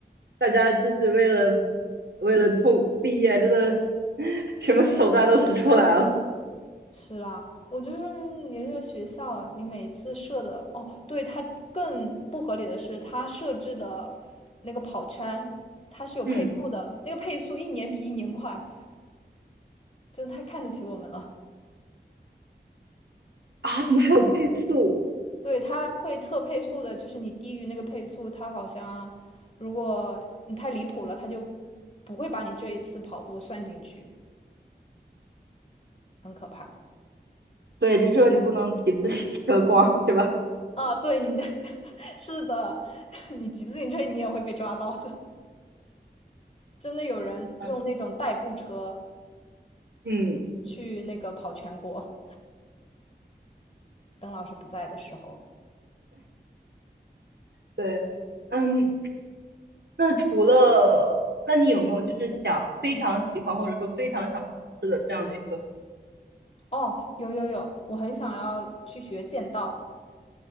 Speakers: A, on the right (about 75°); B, on the left (about 35°).
A: 大家就是为了为了通毕业，真的什么手段都使出来了。
B: 是啊，我就是你这个学校，你每次设的，哦，对，它更不合理的是，它设置的那个跑圈，它是有配速的，
A: 嗯
B: 那个配速一年比一年快，真的太看得起我们了。
A: 啊，怎么还有配速？
B: 对，它会测配速的，就是你低于那个配速，它好像如果你太离谱了，它就不会把你这一次跑步算进去，很可怕。
A: 对，就是说你不能骑自行车逛，是吧？
B: 啊，对，你的 <laughs> 是的，<laughs> 你骑自行车你也会被抓到的。真的有人用那种代步车
A: 嗯嗯
B: 去那个跑全国，邓老师不在的时候。
A: 对，嗯，那除了，那你有没有就是想非常喜欢或者说非常想吃的这样的一个
B: 哦，有有有，我很想要去学剑道。